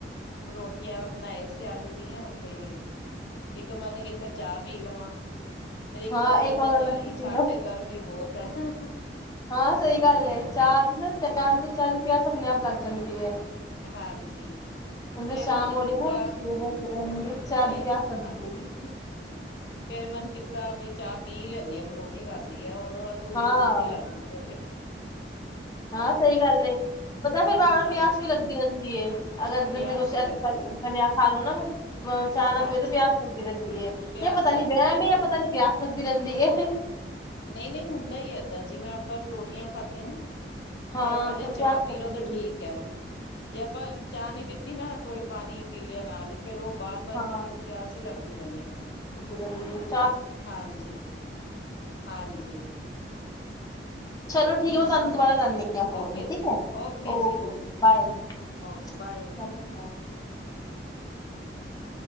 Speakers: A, on the left; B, on the left.
A: ਪਰੋਠੀਆਂ ਬਣਾਏ ਸੀ ਆਲੂ ਦੀਆਂ। ਤੇ ਇੱਕ ਮੰਨ ਕੀਤਾ ਚਾਹ ਪੀ ਲਵਾਂ। ਫੇਰ ਇੱਕ
B: ਹਾਂ
A: ਮਨ ਕਿ ਕੀਤਾ
B: ਮਗਰ
A: ਨਹੀਂ,
B: ਲੱਸੀ
A: ਸਾਡੇ
B: ਪੀ ਲਓ।
A: ਗਰਮ ਹੀ ਬਹੁਤ ਹੈ। ਹਮ
B: ਹਾਂ। ਸਹੀ ਗੱਲ ਹੈ। ਚਾਹ ਨਾ ਟੈਮ ਤੇ ਚ ਪਿਆ। ਆਪਣੇ -ਆਪ ਲੱਗ ਜਾਂਦੀ ਹੈ।
A: ਹਾਂਜੀ
B: ਹਤ
A: ਫੇਰ
B: ਸ਼ਾਮ
A: ਮੈਨੂੰ
B: ਹੋ ਰਹੀ
A: ਕੀਤਾ
B: <unintelligible> ਨਾ ਰ ਸ਼ਦ
A: ਫੇ
B: ਕਿਆ ਸਬਦੀ
A: ਹਾਂ
B: ਦੇਗੀ
A: ਫੇਰ ਮਨ ਕੀਤਾ ਬ ਚਾਹ ਪੀ ਲੈਂਣੀਆ। ਪਰੋਠੀ ਖਾਧੀ ਆ। ਅਧੂਰੀ-
B: ਹਾਂ
A: ਅਧੂਰੀ ਜਿਹੀ ਲੱਗਦੀ ਪਰੋਠੀ
B: ਹਾਂ। ਸਹੀ ਗੱਲ ਪਤਾ ਫਿਰ ਬਾਹੋਂ
A: ਹਾਂਜੀ
B: ਪਿਆਸ ਵੀ ਲੱਗਦੀ ਰਹਿੰਦੀ। ਅਗਰ
A: ਪਿਆਸ
B: ਦ ਕੁਛ
A: ਵੀ ਲੱਗਦੇ ਰਹਿੰਦੀ,
B: ਖਾ ਲਓ ਨਾ ਚਾਹ ਨਾ
A: ਹਾਂਜੀ
B: ਪਿਓ ਤੇ ਪਿਆਸ ਲੱਗਦੀ ਰਹਿੰਦੀ ਹੈ
A: ਪਿਆਸ
B: ਇਹ ਪਤਾ
A: ਲੱਗਦੀ
B: ਨੀ ਵੈ
A: ਰਹਿੰਦੀ
B: ਮ ਇਹ ਪਤਾ ਨੀ ਪਿਆਸ ਲੱਗਦੀ ਰਹਿੰਦੀ ਇਹ
A: ਨਹੀਂ ਨਹੀਂ ਹੁੰਦਾ ਹੀ ਏਦਾਂ ਜਿਵੇਂ ਆਪਾਂ ਪਰੋਠੀਆਂ ਖਾਧੀਆਂ ਨਾ
B: ਹਾਂ
A: ਤੇ ਆਪਾਂ ਜੇ
B: ਫਿਰ
A: ਚਾਹ
B: ਪਿਆਸ
A: ਪੀਲਓ
B: ਲੱਗਦੀ
A: ਤਾਂ
B: ਰਹਿੰਦੀ
A: ਠੀਕ ਹੈ ਜੇ ਆਪਾਂ ਚਾਹ ਨੀ ਪੀਤੀ ਨਾ ਕੋਈ ਪਾਣੀ ਪੀਲੇਆ ਨਾਲ ਹੀ ਪਾਣੀ ਫਿਰ ਉਹ ਬਾਰ ਬਾਰ
B: ਹਾਂ।
A: ਪਾਣੀ ਦੀ ਪਿਆਸ ਹੀ ਲੱਗਦੀ ਰਹਿੰਦੀ ਹੈ
B: ਹਾਂਜੀ
A: ਹਾਂਜੀ ਹਾਂਜੀ
B: ਚਲੋ ਠੀਕ ਹੈ ਉਹ ਤੁਹਾਨੂੰ ਦੁਬਾਰਾ ਲ ਆ ਫੋਨ
A: ਓਕੇ ਜੀ
B: ਠੀਕ ਓਕੇ
A: ਜੀ
B: ਬਾਏ
A: ਓਕੇ
B: ਸ੍ਰੀ
A: ਬਾਏ
B: ਅਕਾਲ <inaudible>